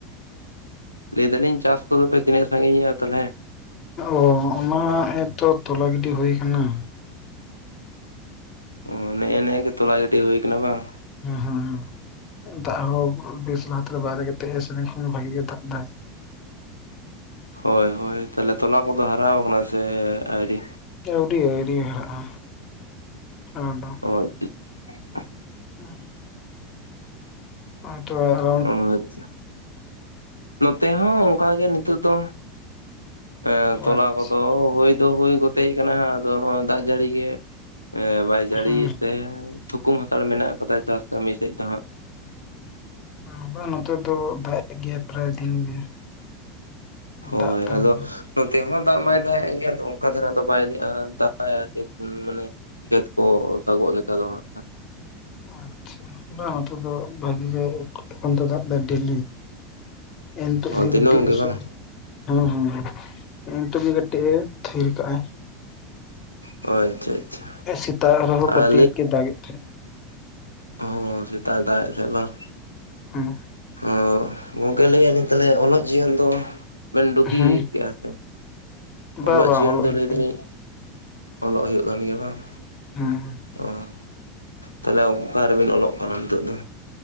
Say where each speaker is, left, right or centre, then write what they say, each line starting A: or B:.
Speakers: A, on the left (about 85°); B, on the left (about 35°).
A: ᱞᱟᱹᱭ ᱫᱟᱞᱤᱧ, ᱪᱟᱥ ᱠᱚᱫᱚᱯᱮ ᱛᱤᱱᱟᱹᱜ ᱥᱟᱹᱜᱤᱧᱮᱜᱼᱟ, ᱛᱟᱦᱞᱮ?
B: ᱚᱻ ᱚᱱᱟ ᱮᱛᱚ ᱛᱚᱞᱟ ᱜᱤᱰᱤ ᱦᱩᱭ ᱟᱠᱟᱱᱟ᱾
A: ᱚ ᱱᱮᱜ-ᱮ ᱱᱮᱜ-ᱮ ᱛᱚᱞᱟ ᱜᱤᱰᱤ ᱦᱩᱭ ᱟᱠᱟᱱᱟ ᱵᱟᱝ?
B: ᱦᱩᱸ ᱦᱩᱸ ᱦᱩ, ᱫᱟᱜ ᱦᱚ ᱵᱮᱥ ᱞᱟᱦᱟ ᱛᱮᱫᱚ ᱵᱟᱭ ᱫᱟᱜᱮᱫ ᱛᱮᱜᱮ ᱥᱮ ᱫᱤᱱ ᱠᱷᱚᱱ ᱵᱷᱟᱹᱜᱤ ᱜᱮ ᱫᱟᱜ ᱫᱟᱭ?
A: ᱦᱳᱭ ᱦᱳᱭ, ᱛᱟᱦᱞᱮ ᱛᱚᱞᱟ ᱠᱚᱫᱚ ᱦᱟᱨᱟᱣ ᱟᱠᱟᱱᱟ ᱥᱮ ᱟᱹᱣᱨᱤ?
B: ᱟᱹᱣᱰᱤ ᱟᱹᱣᱲᱤ ᱦᱟᱨᱟᱜᱼᱟ, ᱚᱱᱟ ᱫᱚ᱾
A: <unintelligible>
B: <inaudible> <unintelligible>
A: ᱚ ᱟᱪᱪᱷᱟ᱾ ᱱᱚᱛᱮ ᱦᱚᱸ ᱚᱱᱠᱟ ᱜᱮ ᱱᱤᱛᱚᱜ ᱫᱚ᱾ ᱟᱹ
B: ᱚ
A: ᱛᱚᱞᱟ
B: ᱟᱪᱪᱷᱟ
A: ᱠᱚᱫᱚ ᱦᱩᱭ ᱫᱚ ᱦᱩᱭ ᱜᱚᱛᱮᱡ ᱟᱠᱟᱱᱟ, ᱟᱫᱚ ᱱᱚᱶᱟ ᱫᱟᱜ ᱡᱟᱹᱲᱤ ᱜᱮ᱾ ᱮ ᱵᱟᱭ ᱡᱟᱹᱲᱤ
B: ᱦᱮᱸ
A: ᱛᱮ, ᱛᱷᱩᱠᱩᱢ ᱦᱟᱛᱟᱲ ᱢᱮᱱᱟᱜ ᱠᱟᱫᱟ ᱪᱟᱥ ᱠᱟᱹᱢᱤ ᱥᱮᱫ ᱫᱚ ᱦᱟᱸᱜ᱾
B: ᱱᱚᱸᱠᱟ ᱱᱚᱛᱮ ᱫᱚ ᱫᱟᱜ ᱮᱫ ᱜᱮᱭᱟ ᱯᱨᱟᱭ ᱫᱤᱱ ᱜᱮ᱾
A: ᱦᱳᱭ,
B: ᱫᱟᱜ ᱛᱟᱦᱮᱱ
A: ᱟᱫᱚ ᱱᱚᱛᱮ ᱦᱚᱸ ᱫᱟᱜ ᱢᱟᱭ ᱫᱟᱜ-ᱮᱫ ᱜᱮᱭᱟ, ᱛᱚ ᱚᱱᱠᱟ ᱫᱷᱟᱨᱟ ᱫᱚ ᱵᱟᱭ <unintelligible> ᱢᱟᱱᱮ ᱠᱷᱮᱛ ᱠᱚ ᱚ ᱫᱟᱜᱚᱜ ᱞᱮᱠᱟ ᱫᱚ ᱦᱟᱸᱜ
B: ᱟᱪᱪᱷᱟ᱾ ᱵᱟᱝ ᱱᱚᱛᱮ ᱫᱚ ᱵᱷᱟᱹᱜᱤ ᱜᱮ ᱮᱠᱷᱚᱱ ᱛᱚ ᱫᱟᱜ ᱮᱫᱟᱭ ᱰᱮᱞᱤ᱾ ᱮ ᱱᱤᱛᱚᱜ
A: ᱚ
B: ᱜᱮ
A: ᱫᱤᱱᱟᱹᱢ
B: ᱠᱟᱹᱴᱤᱡ ᱟᱹᱥᱩᱲ
A: ᱵᱟᱝ
B: ᱦᱚᱸ ᱦᱚᱸ ᱮ ᱱᱤᱛᱚᱜ ᱠᱟᱹᱴᱤᱡ ᱮ ᱛᱷᱤᱨ ᱠᱟᱜᱼ ᱟᱭ᱾
A: ᱟᱪᱪᱷᱟ ᱟᱪᱪᱷᱟ
B: ᱮ ᱥᱮᱛᱟᱜ ᱨᱮᱦᱚᱸ ᱠᱟᱹᱴᱤᱡ
A: ᱟᱨ
B: ᱜᱮ ᱫᱟᱜ ᱮᱫ ᱛᱟᱦᱮᱸᱜ᱾
A: ᱚ ᱥᱮᱛᱟᱜ ᱫᱟᱜ ᱮᱫ ᱛᱟᱦᱮᱸᱫ, ᱵᱟᱝ?
B: ᱦᱩᱸ᱾
A: ᱚᱻ ᱜᱚᱝᱠᱮ ᱞᱟᱹᱭᱮᱫ ᱞᱤᱧ ᱛᱟᱦᱞᱮ ᱚᱞᱚᱜ ᱡᱤᱭᱚᱱ ᱫᱚ? ᱵᱮᱱ ᱰᱩᱜᱤ
B: ᱦᱮᱸ
A: ᱠᱮᱜᱼᱟ ᱥᱮ,
B: ᱵᱟᱝ
A: ᱚᱞᱚᱜ
B: ᱵᱟᱝ
A: ᱡᱤᱭᱚᱱ ᱫᱚ
B: ᱦᱩᱭᱩᱜ
A: ᱞᱟᱹᱭ
B: ᱠᱟᱱ
A: ᱫᱟᱞᱤᱧ? ᱚᱞᱚᱜ ᱦᱩᱭᱩᱜ ᱠᱟᱱ ᱜᱮᱭᱟ ᱵᱟᱝ?
B: ᱦᱮᱸ ᱦᱮᱸ
A: ᱚᱦᱚ᱾ ᱛᱟᱦᱞᱮ ᱚᱠᱟ ᱨᱮ ᱵᱤᱱ ᱚᱞᱚᱜ ᱠᱟᱱᱟ ᱱᱤᱛᱚᱜ ᱫᱚ?